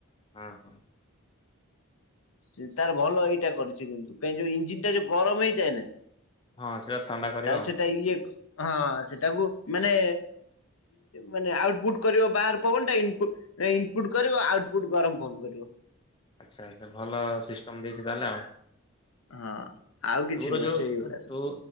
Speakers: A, on the left; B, on the left.
A: ହଁ ହଁ।
B: ସେ ତାର ଭଲ ଏଇଟା କରିଛି କିନ୍ତୁ କାହିଁ ଯୋଉ ଇଞ୍ଜିିନ ଟା ଯଉ ଗରମ ହେଇଯଏ ନା।
A: ହଁ ସେଇଟା ଥଣ୍ଡା କରିବ
B: ତାର
A: ଆଉ
B: ସେଟା ଇଏ ହଁ ସେଟାକୁ ମାନେ ମାନେ ଆଉଟପୁଟ କରିବ ବାହାର ପବନଟା ଇନପୁଟ ଏ ଇନପୁଟ କରିବ ଆଉଟପୁଟ ଗରମ ବନ୍ଦ କରିବ।
A: ଆଚ୍ଛା ଆଚ୍ଛା ଭଲ ସିଷ୍ଟମ ଦେଇଛି ତାହେଲେ ଆଉ।
B: ହଁ। ଆଉ କିଛି
A: ତୋର
B: ନୁହଁ
A: ଜଉ
B: ସେଇଗୁଡା ସବୁ।
A: ତୋ